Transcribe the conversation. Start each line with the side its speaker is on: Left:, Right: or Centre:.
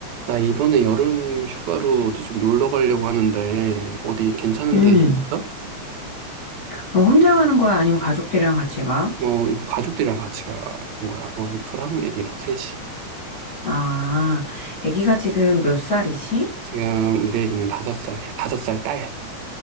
Right: 나 이번에 여름 휴가로 어디 좀 놀러 가려고 하는데, 어디 괜찮은
Left: 음,
Right: 데 있어?
Left: 그럼 혼자 가는 거야? 아니면 가족들이랑 같이 가?
Right: 어, 이거 가족들이랑 같이 가는 거야. 와이프랑 애기랑 셋이.
Left: 아, 아기가 지금 몇 살이지?
Right: 지금 우리 애기는 다섯 살이야. 다섯 살 딸.